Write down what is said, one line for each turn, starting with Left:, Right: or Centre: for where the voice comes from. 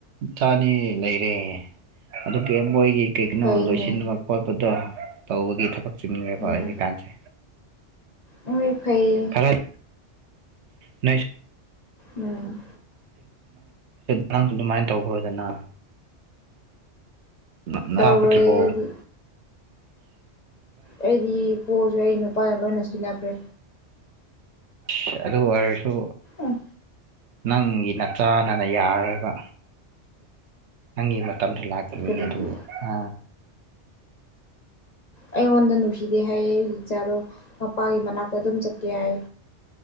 Right: ꯆꯥꯅꯤ ꯂꯩꯔꯦ ꯑꯗꯨꯒ ꯃꯣꯏꯒꯤ ꯀꯩꯒꯤꯅꯣ
Left: ꯐꯩꯅꯦ
Right: ꯂꯣꯏꯁꯤꯟꯕ ꯈꯣꯠꯄꯗꯣ ꯇꯧꯕꯒꯤ ꯊꯕꯛ ꯆꯤꯟꯈ꯭ꯔꯦꯕ
Left: ꯎꯝ
Right: ꯍꯧꯖꯤꯛꯀꯥꯟꯁꯦ
Left: ꯎꯝ ꯍꯣꯏ ꯐꯩꯌꯦ
Right: ꯔꯩ ꯅꯩꯁꯨ <unintelligible>
Left: ꯎꯝ
Right: ꯑꯥꯡꯁꯨ ꯑꯗꯨꯃꯥꯏꯅ ꯇꯧꯈ꯭ꯔꯣꯗꯅ ꯅꯥꯔꯥ
Left: ꯇꯧꯔꯣꯏ
Right: ꯐꯠꯇ꯭ꯔꯤꯕꯣ
Left: ꯑꯩꯗꯤ ꯑꯩꯗꯤ ꯄꯣꯁꯨ ꯑꯩ ꯅꯨꯄꯥꯅ ꯂꯣꯏꯅ ꯁꯤꯖꯤꯟꯅꯈ꯭ꯔꯦ
Right: ꯑꯁ ꯑꯗꯨ ꯑꯣꯏꯔꯁꯨ
Left: ꯎꯝ
Right: ꯅꯪꯒꯤ ꯅꯆꯥꯟꯅꯅ ꯌꯥꯔꯣꯏꯕ ꯅꯪꯒꯤ ꯃꯇꯝꯗ ꯂꯥꯛꯈꯤꯅꯤ
Left: ꯀꯔꯤꯒꯤ
Right: ꯑꯗꯨ ꯒ
Left: ꯑꯩꯉꯣꯟꯗ ꯅꯨꯡꯁꯤꯗꯦ ꯍꯥꯏꯌꯦ ꯑꯩ ꯏꯆꯥꯗꯣ ꯃꯄꯥꯒꯤ ꯃꯅꯥꯛꯇ ꯑꯗꯨꯝ ꯆꯠꯀꯦ ꯍꯥꯏ